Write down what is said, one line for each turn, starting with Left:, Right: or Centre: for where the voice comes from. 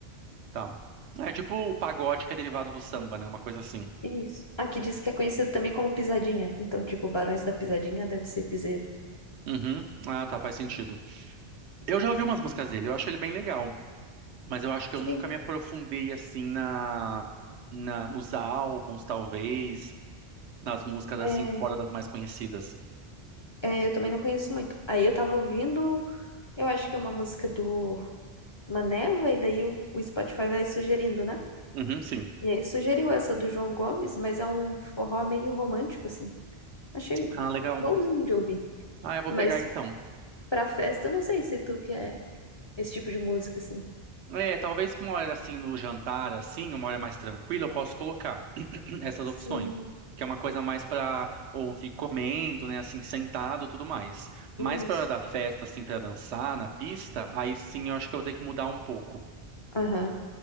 Right: tá. É tipo o pagode que é derivado do samba, né? Uma coisa assim.
Left: Isso. Aqui diz que é conhecido também como pisadinha. Então, tipo, Barões da Pisadinha deve ser piseiro.
Right: Uhum. Ah, tá, faz sentido. Eu já ouvi umas músicas dele, eu acho ele bem legal, mas eu acho que
Left: Sim.
Right: eu nunca me aprofundei assim na, na nos álbuns, talvez, nas músicas
Left: É,
Right: assim fora das mais conhecidas.
Left: é, eu também não conheço muito. Aí eu tava ouvindo, eu acho que é uma música do Maneva, e daí o, o Spotify vai sugerindo, né?
Right: Uhum, sim.
Left: E aí sugeriu essa do João Gomes, mas é um forró meio romântico, assim. Achei
Right: Ah, legal.
Left: bonzinho de ouvir.
Right: Ah, eu vou
Left: Mas
Right: pegar então.
Left: pra festa, eu não sei se tu quer esse tipo de música, assim.
Right: É, talvez uma hora assim no jantar, assim, uma hora mais tranquila, eu posso colocar <clears throat> essas
Left: Sim,
Right: opções, que é uma coisa mais pra ouvir comendo, né, assim, sentado, e tudo mais. Mas
Left: isso.
Right: pra hora da festa, assim, pra dançar na pista, aí sim eu acho que eu vou ter que mudar um pouco.
Left: Aham.